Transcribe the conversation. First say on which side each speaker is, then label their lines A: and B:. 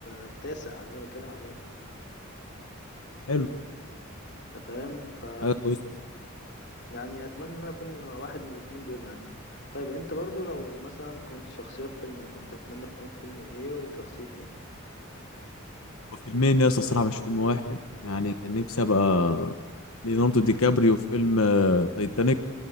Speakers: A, on the left; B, on the left.
A: التاسع اللي انا بتكلم عليه
B: حلو
A: انت فاهم ف
B: حاجه كويسه
A: يعني اتمنى ان انا اكون واحد من الاتنين دول يعني طيب انت برضو لو مثلا كنت شخصيه في فيلم كنت اتمنى تكون فيلم ايه وشخصيه ايه
B: وفيلمين يا اسطى الصراحه مش فيلم واحد يعني كان نفسي ابقى ليوناردو دي كابريو في فيلم آه، تايتانيك